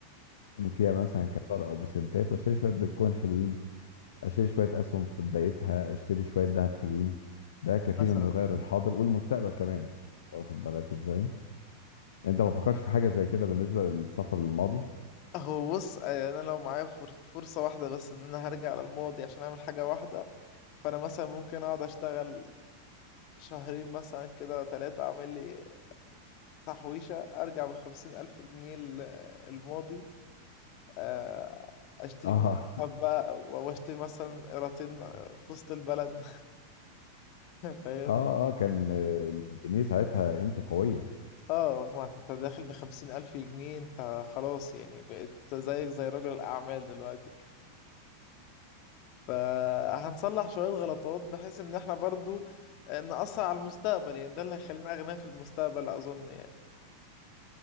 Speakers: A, on the left; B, on the left.
A: فيها مثلا كان دولار او بسنتات واشتري شويه بيتكوين حلوين اشتري شويه اسهم في بدايتها اشتري شويه ذهب حلوين ده كفيل
B: مثلا
A: انه يغير الحاضر والمستقبل كمان واخد بالك ازاي انت ما فكرتش في حاجه زي كده بالنسبه للسفر للماضي
B: هو بص يعني انا لو معايا فر- فرصة واحدة بس ان انا هرجع على الماضي عشان اعمل حاجة واحدة فانا مثلا ممكن اقعد اشتغل شهرين مثلا كده ثلاثة اعمل لي تحويشة ارجع بخمسين الف جنيه ال- الماضي آه، اشتري
A: اه
B: بيهم حبة واشتري مثلا قيراطين في وسط البلد <laughs> فاهم
A: اه اه كان آه، الجنيه ساعتها قيمته قوية
B: اه ما انت داخل بخمسين الف جنيه انت خلاص يعني بقيت زيك زي رجل الاعمال دلوقتي فهنصلح شوية غلطات بحيث ان احنا برضو آه، نأثر على المستقبل يعني ده اللي هيخلينا أغنياء في المستقبل أظن يعني